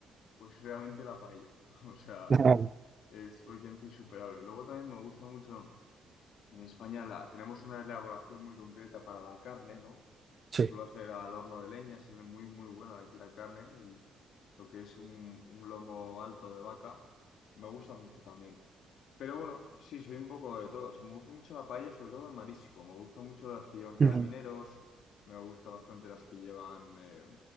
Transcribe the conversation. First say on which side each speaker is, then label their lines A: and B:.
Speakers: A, on the left; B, on the right.
A: pues, realmente la paella. <laughs> O sea,
B: <laughs> Ajá,
A: es prácticamente insuperable. Luego también me gusta mucho. En España la- tenemos una elaboración muy concreta para la carne, ¿no? Se
B: Sí.
A: suele hacer al horno de leña, sale muy, muy buena aquí la carne, el- lo que es un, un lomo alto de vaca. Me gusta mucho también. Pero bueno, sí, soy un poco de todo. O sea, me gusta mucho la paella, sobre todo el marisco. Me gustan mucho las que llevan carabineros,
B: Ujú.
A: me gusta bastante las que llevan, eh,